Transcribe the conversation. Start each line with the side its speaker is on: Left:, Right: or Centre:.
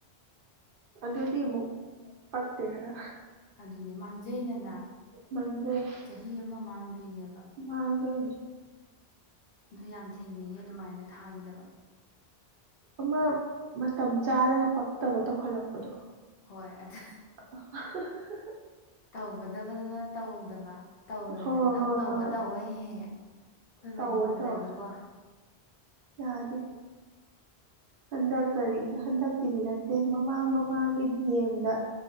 Right: ꯑꯗꯨꯗꯤ ꯑꯃꯨꯛ ꯄꯛꯇꯦ ꯈꯔ
Left: ꯑꯗꯨꯅꯦ ꯃꯥꯡꯖꯩꯗꯅ
Right: ꯃꯥꯡꯖꯩ
Left: ꯆꯍꯤ ꯑꯃ ꯃꯥꯡꯗꯣꯏꯅꯦꯕ
Right: ꯃꯥꯥꯡꯗꯣꯏꯅꯤ
Left: ꯑꯗꯨ ꯌꯥꯝ ꯊꯦꯡꯅꯩꯌꯦ ꯑꯗꯨꯃꯥꯏꯅ ꯊꯥꯒꯤꯗꯕ
Right: ꯑꯃ ꯃꯇꯝ ꯆꯥꯗꯅ ꯄꯛꯇꯕ ꯇꯧꯈꯠꯂꯛꯄꯗꯣ
Left: ꯍꯣꯏ ꯑꯗꯨ
Right: <unintelligible>
Left: ꯇꯧꯒꯗꯕꯗꯅ ꯇꯧꯗꯕ ꯇꯧꯔꯣꯏꯗꯕꯅ
Right: ꯍꯣꯏ
Left: ꯑꯃꯨꯛ
Right: ꯍꯣꯏ
Left: ꯇꯧꯕ
Right: ꯍꯣꯏ
Left: ꯇꯧꯋꯦ ꯍꯦꯛ ꯍꯦꯛ ꯑꯩꯈꯣꯏ
Right: ꯇꯧꯋꯦ
Left: ꯃꯅꯤꯄꯨꯔꯗꯗꯤꯀꯣ
Right: ꯇꯧꯋꯦ ꯌꯥꯗꯦ ꯍꯟꯗꯛ ꯀꯔꯤ ꯍꯟꯗꯛꯀꯤꯗꯤ ꯅꯠꯇꯦ ꯃꯃꯥꯡ ꯃꯃꯥꯡꯒꯤ ꯗꯤ ꯑꯦꯝ ꯗ